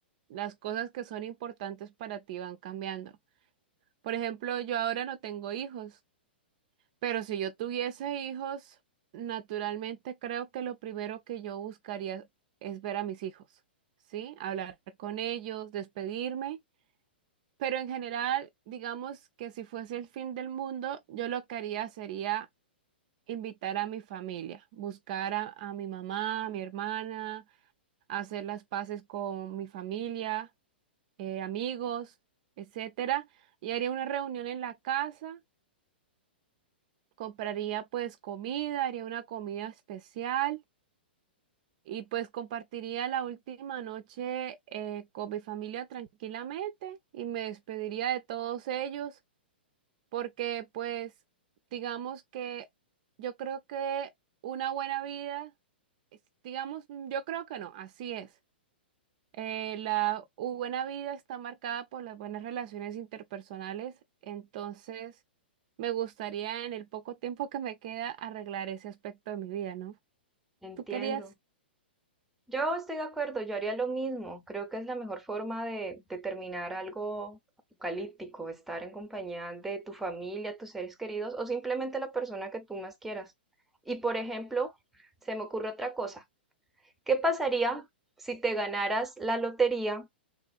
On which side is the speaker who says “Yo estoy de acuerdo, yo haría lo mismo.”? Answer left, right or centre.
Centre